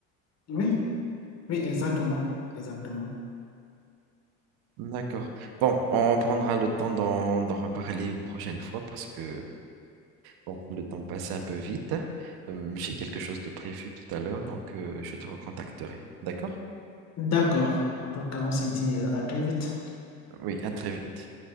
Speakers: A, on the left; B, on the right.
A: Oui, oui, exactement, exactement.
B: D'accord. Bon, on prendra le temps d'en d'en reparler une prochaine fois parce que bon, le temps passe un peu vite. Euh, j'ai quelque chose de prévu tout à l'heure, donc euh, je te recontacterai. D'accord?
A: D'accord. En tout cas, on se dit euh, à très vite.
B: Oui, à très vite.